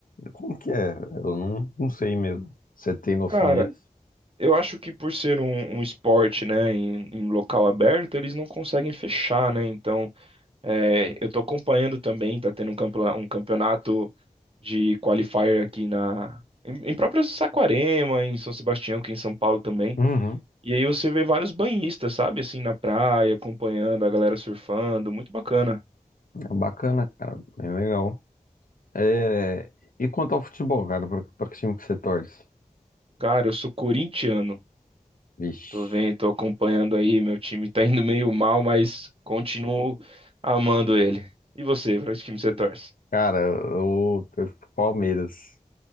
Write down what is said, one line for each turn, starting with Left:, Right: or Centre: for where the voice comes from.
Left: Como que é? Eu não, não sei mesmo. Você tem noção
Right: Cara,
Left: disso?
Right: eu acho que por ser um, um esporte, né, em, em local aberto, eles não conseguem fechar, né? Então É, eu estou acompanhando também, está tendo um, campo- um campeonato de qualifier aqui na em, em próprio Saquarema, em São Sebastião, aqui em São Paulo também.
Left: Uhum.
Right: E aí você vê vários banhistas, sabe, assim na praia, acompanhando a galera surfando, muito bacana.
Left: É bacana, cara. Bem legal. É... E quanto ao futebol, cara? Pra, pra que time que você torce?
Right: Cara, eu sou corintiano.
Left: Vixe.
Right: Tô vendo, tô acompanhando aí, meu time tá indo meio mal, mas continuo amando ele. E você, para que time você torce?
Left: Cara, eu torço pro Palmeiras.